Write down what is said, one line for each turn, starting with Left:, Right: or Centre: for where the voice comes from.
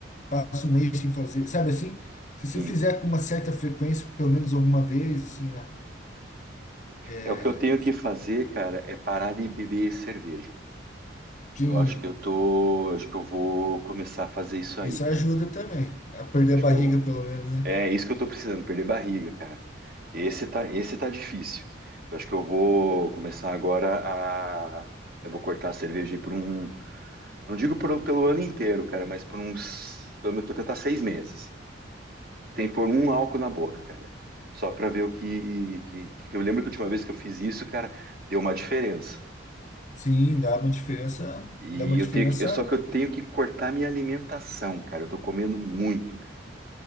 Left: passa um mês sem fazer, sabe assim? Se você
Right: sim.
Left: fizer com uma certa frequência, pelo menos alguma vez, assim, a- é,
Right: É o que eu tenho que fazer, cara, é parar de beber cerveja.
Left: sim,
Right: Eu acho que eu tô, acho que eu vou começar a fazer isso aí,
Left: isso
Right: cara.
Left: ajuda também a perder
Right: Acho
Left: a barriga,
Right: que eu
Left: pelo menos, né?
Right: É isso que eu tô precisando, perder barriga, cara. Que Esse tá, esse tá difícil. Eu acho que eu vou começar agora a. Eu vou cortar a cerveja aí por um. Não digo por- pelo ano inteiro, cara, mas por uns. Pelo menos vou tentar seis meses. Tem que pôr um álcool na boca, cara. Só pra ver o que, que, que- Eu lembro que a última vez que eu fiz isso, cara, deu uma diferença.
Left: Sim, dá uma diferença,
Right: E
Left: dá uma
Right: eu
Left: diferença,
Right: tenho que. eu- Só que eu tenho que cortar minha alimentação, cara. Eu tô comendo muito, cara.